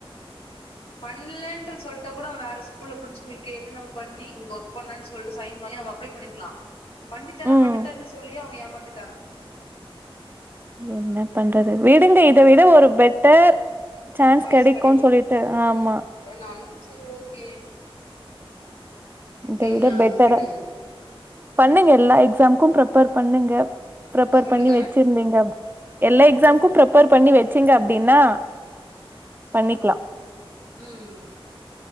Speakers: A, on the left; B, on the right.
A: பண்ணலேன்று சொல்ட்டா கூட வேற ஸ்கூல்ல பிரின்சிபல் கேட்டு நம்ம பண்ணி இங்க ஒர்க் பண்ணனு சொல்ட்டு சைன் வாங்கி நம்ம அப்ளே பண்ணிருக்கலா பண்டித்தறே
B: ம்
A: பண்ணித்தறேன்னு சொல்லியே அவுங்க ஏமாத்திட்டாங்க
B: என்ன பண்றது விடுங்க இத விட ஒரு பெட்டர் சான்ஸு
A: சாய்ஸ்
B: கெடைக்குன்
A: கெடைக்கு
B: சொல்லிட்டு ஆமா
A: ம் நானு சரி ஓகே அப்டின்
B: இத விட
A: நா
B: பெட்டரா
A: விட்டுட்டேங்க
B: பண்ணுங்க எல்லா எக்ஸாம்கும் பிரப்பர் பண்ணுங்க பிரப்பர்
A: சொல்லுங்க
B: பண்ணி வச்சு ங்க எல்லா எக்ஸாம்கும் பிரப்பர் பண்ணி வச்சீங்க அப்டின்னா பண்ணிக்கலா
A: உம் உம்